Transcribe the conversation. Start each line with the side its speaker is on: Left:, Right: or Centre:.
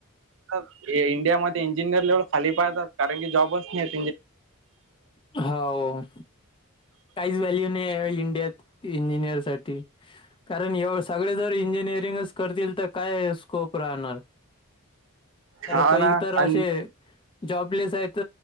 Right: <unintelligible> त्यामध्ये इंजिनिअर ला एवढं खाली पाहतात कारण की जॉब नाहीत.
Left: हा, हो. काहीच व्हॅल्यू नाही आहे इंडियात इंजिनिअर साठी. कारण ए सगळे जर इंजिनिअरिंगच करतील, तर काय स्कोप राहणार? तर
Right: हा
Left: काही
Right: ना
Left: इतर
Right: आणि
Left: अशे जॉबलेस आहेत